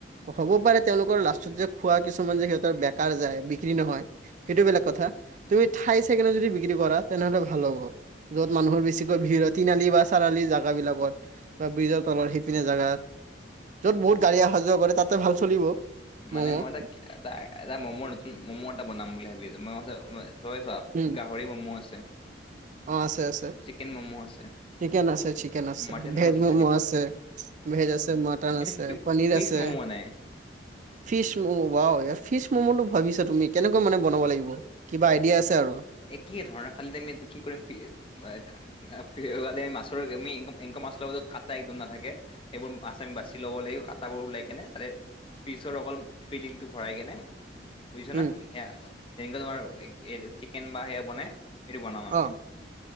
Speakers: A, on the right (about 40°); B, on the left (about 30°).
A: হ'ব পাৰে তেওঁলোকৰ লাষ্টত যে খোৱা কিছুমান যে সিহঁতৰ বেকাৰ যায় বিক্ৰী নহয়। সেইটো বেলেগ কথা। তুমি ঠাই চাই কেনে যদি বিক্ৰী কৰা। তেনেহ'লে ভাল হ'ব য'ত মানুহৰ বেছিকৈ ভিৰ হয় তিনআলি বা চাৰআলি জাগা বিলাকত বা ব্ৰিজৰ তলৰ সিপিনে জাগাত য'ত বহুত গাড়ী আহা যোৱা কৰে তাতো ভাল চলিব ম'ম'।
B: মানে মই তাক তাই এটা মম' নতুন ম'ম' এটা বনাম বুলি ভাবি আছো মই চবে চাওক
A: উম।
B: গাহৰি ম'ম' আছে
A: অ আছে আছে
B: চিকেন ম'মো আছে
A: চিকেন আছে চিকেন আছে
B: মটনো
A: ভেজ
B: আছে
A: ম'মো
B: চাগে ক
A: আছে ভেজ আছে মাটন
B: কিন্তু
A: আছে পনীৰ
B: ফিচ
A: আছে।
B: ম'ম নাই
A: ফিচ ম'ম ওৱাও ইয়া ফিচ ম'মটো ভাবিছা তুমি কেনেকৈ মানে বনাব লাগিব কিবা আইডিয়া আছে আৰু
B: একেই ধৰণৰ খালি এতে আমি কি কৰিম ফি এ ফি বালে মাছৰ আমি ইন ইনকা মাছ লম যে কাটা একদম নাথাকে সেবোৰ মাছ আমি বাছিম ল'ব লাগিব কাটাবোৰ ওলাই কেনে তাতে পিছৰ অকল ফিলিংটো ভৰাই কিনে বুজিছ
A: উম
B: না সেয়া তেনেকা তোমাৰ এ এইটো চিকেন বা সেয়া বনাই সেইটো বনাম আমি
A: অ'